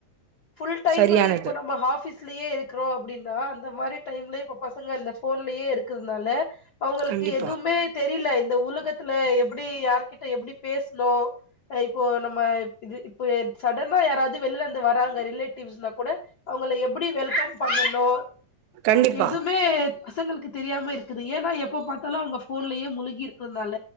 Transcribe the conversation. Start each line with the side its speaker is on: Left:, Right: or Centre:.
Left: ஃபுல்டைம்
Right: சரியானது
Left: இப்போ நம்ம ஹாஃபிஸ் லயே இருக்கிறோ அப்டின்னா அந்த மாரி டைம்ல இப்ப பசங்க அந்த போன்லயே இருக்றதுனால அவுங்களுக்கு
Right: கண்டிப்பா
Left: எதுவுமே தெரில இந்த உலகத்துல எப்டி யாருகிட்ட எப்டி பேசணு இப்போ நம்ம இது இப்ப சடனா யாராவது வெளியில இருந்து வராங்க ரிலேட்டிவ்ஸ்னா கூட அவுங்கள எப்டி வெல்கம் பண்ணணு
Right: கண்டிப்பா
Left: எதுமே பசங்களுக்கு தெரியாம இருக்குது ஏன்னா எப்ப பாத்தாலு அவுங்க போன்லயே முழுகி இருக்றதுனால